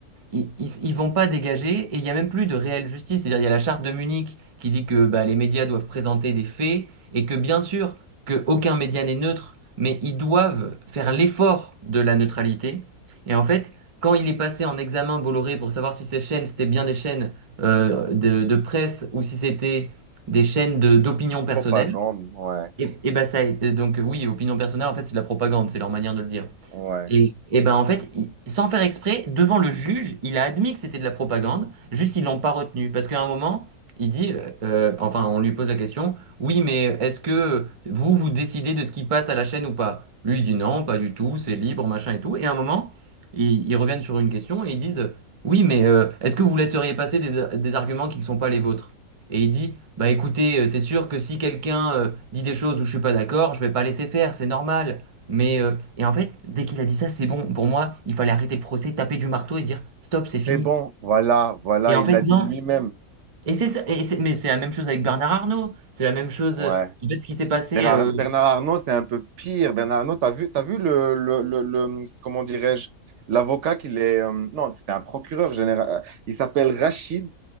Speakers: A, on the right; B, on the right.
A: ils, ils, ils vont pas dégager et il n'y a même plus de réelle justice. C'est-à-dire, il y a la charte de Munich qui dit que bah, les médias doivent présenter des faits et que bien sûr que aucun média n'est neutre, mais ils doivent faire l'effort de la neutralité. Et en fait, quand il est passé en examen Bolloré pour savoir si ces chaînes c'était bien des chaînes euh, de, de presse ou si c'était des chaînes de- d'opinion
B: La
A: personnelle,
B: propagande, ouais,
A: et, et bah ça, a été- donc oui, opinion personnelle en fait c'est de la propagande, c'est leur manière de le dire.
B: ouais.
A: Et, et ben en fait, il- sans faire exprès, devant le juge, il a admis que c'était de la propagande, juste ils l'ont pas retenu. Parce qu'à un moment, il dit, euh, euh, enfin on lui pose la question, oui mais est-ce que vous, vous décidez de ce qui passe à la chaîne ou pas? Lui il dit non, pas du tout, c'est libre, machin et tout. Et à un moment, ils, ils reviennent sur une question et ils disent, oui mais euh, est-ce que vous laisseriez passer des, des arguments qui ne sont pas les vôtres? Et il dit, bah écoutez, euh, c'est sûr que si quelqu'un euh, dit des choses où je suis pas d'accord, je vais pas laisser faire, c'est normal. Mais euh, et en fait, dès qu'il a dit ça, c'est bon. Pour moi, il fallait arrêter le procès, taper du marteau et dire stop, c'est fini.
B: Et bon, voilà, voilà,
A: Et en
B: il
A: fait,
B: l'a
A: non.
B: dit lui-même.
A: Et c'est ça. et c'est- mais c'est la même chose avec Bernard Arnault. C'est la même chose.
B: Ouais.
A: euh, En fait, ce qui s'est passé.
B: Bernard,
A: euh,
B: Bernard Arnault, c'est un peu pire. Bernard Arnault, t'as vu, t'as vu le, le, le, le- comment dirais-je, l'avocat qu'il est, euh, non, c'était un procureur général. Il s'appelle Rachid